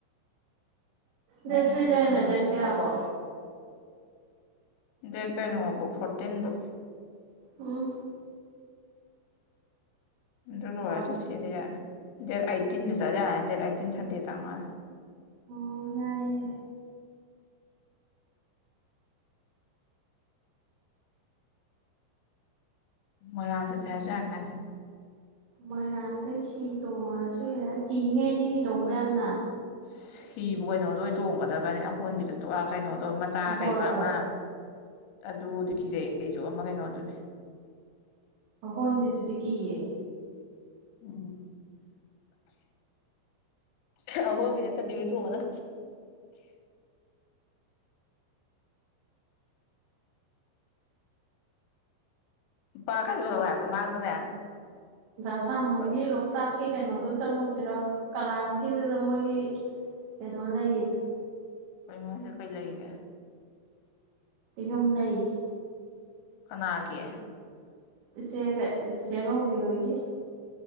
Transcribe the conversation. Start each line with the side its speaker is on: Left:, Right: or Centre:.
Right: ꯗꯦ
Left: ꯗꯦꯠ
Right: ꯊꯨꯏꯗꯩꯅ
Left: ꯀꯩꯅꯣ
Right: ꯗꯦ ꯀꯦ ꯑꯕꯣ
Left: ꯗꯦꯠ ꯀꯩꯅꯣꯕ ꯐꯣꯔꯇꯤꯟꯕꯨ
Right: ꯎꯝ
Left: ꯑꯗꯨ
Right: ꯕꯥꯞꯄꯦ
Left: ꯕ ꯆꯠꯁꯤꯗꯤ ꯗꯦꯠ ꯑꯩꯠꯇꯤꯟꯗ ꯆꯠꯂꯦ ꯍꯥꯏꯅꯤ ꯗꯦꯠ ꯑꯩꯠꯇꯤꯟ ꯁꯟꯗꯦꯗ ꯑꯃ
Right: ꯑꯣ ꯌꯥꯏꯑꯦ
Left: ꯃꯣꯏꯔꯥꯡ ꯆꯠꯁꯦ ꯍꯥꯏꯖꯔꯛ ꯀꯥꯟꯅꯤ
Right: ꯃꯣꯏꯔꯥꯡꯗ ꯍꯤ ꯇꯣꯡꯉꯨꯔꯁꯨ ꯌꯥ ꯀꯤꯅꯦ ꯑꯩꯗꯤ ꯍꯤ ꯇꯣꯡꯕ ꯌꯥꯝꯅ
Left: ꯑ ꯍꯤꯕꯨ ꯀꯩꯅꯣꯗꯣꯣꯏ ꯇꯣꯡꯒꯗꯕꯅꯤ ꯑꯍꯣꯟꯕꯤꯗꯨ ꯇꯑ ꯀꯩꯅꯣꯗꯣ ꯃꯆꯥ
Right: ꯕꯣꯠꯇꯣ
Left: ꯀꯩꯕ ꯑꯃ ꯑꯗꯨꯗꯤ ꯀꯤꯖꯩꯌꯦ ꯑꯩꯁꯨ ꯑꯃ ꯀꯩꯅꯣ ꯑꯗꯨꯗꯤ
Right: ꯍꯣꯟꯟꯗꯦꯗꯨꯗꯤ ꯀꯌꯦ
Left: ꯎꯝ ꯑꯍꯣꯏꯕ ꯅꯠꯇꯕꯤ ꯍꯣꯏ ꯇꯣꯡꯉꯅ ꯂꯨꯄꯥ ꯀꯥꯏꯗꯣꯛꯂꯛꯑꯣꯦ ꯍꯥꯏꯕ ꯃꯃꯥꯡꯗꯅꯦ
Right: ꯑꯁꯥ
Left: ꯑꯩꯈꯣꯏ
Right: ꯃꯣꯏꯒꯤ ꯂꯣꯛꯇꯥꯛꯀꯤ ꯀꯩꯅꯣꯗꯨꯣ ꯆꯪꯉꯨꯁꯤꯔꯣ ꯀꯔꯥꯡꯒꯤꯗꯨꯗ ꯃꯣꯏꯒꯤ ꯀꯩꯅꯣꯜ ꯂꯩ
Left: ꯀꯩꯅꯣ ꯍꯥꯏꯁꯦ ꯀꯩ ꯂꯩꯔꯤꯒꯦ
Right: ꯌꯨꯝ ꯂꯩꯌꯦ
Left: ꯀꯅꯥꯒꯤ
Right: ꯏꯆꯦ ꯏꯆꯦꯉꯧꯕꯤꯍꯣꯏꯒꯤ